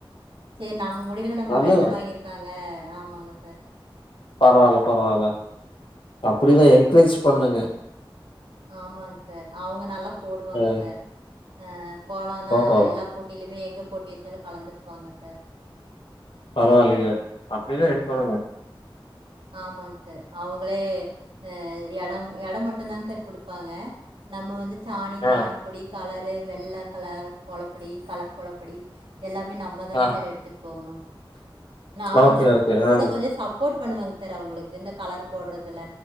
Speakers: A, on the right (about 70°); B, on the left (about 65°).
A: சேரி நம்ம முடியல நம்ம
B: அது
A: ஃப்ரெண்டு வாங்கிருக்காங்க ஆமாங்க சார்
B: பரவால்ல பரவால்ல அப்டிதா என்கரேஜ் பண்ணுங்க
A: ஆமாங் சார் அவுங்க நல்லா போடுவாங்க
B: அ
A: சார் ஆ கோலன்னா
B: ஓஹோ
A: எல்லா போட்டியிலயுமே எங்க போட்டி வெச்சாலு கலந்துக்குவாங்க சார்
B: பரவால்லைங்க அப்டிதா இருக்கனுங்க
A: ஆமாங் சார் அவுங்களே அ எட எடம் மட்டுதாங் சார் குடுப்பாங்க நம்ம வந்து சாணி
B: ஆ
A: சாணி பொடி கலரு வெள்ள கலர் கோலப்பொடி கலர் கோலப்பொடி எல்லாமே நம் மதாங்
B: ஆ
A: சார் எடுத்துட் போகணு நா
B: ஓகே
A: வந்து
B: ஓகே
A: கூட
B: ஆ
A: கொஞ்ச சப்போர்ட் பண்ணுவேங் சார் அவுங்களுக்கு இந்த கலர் போடுறதுல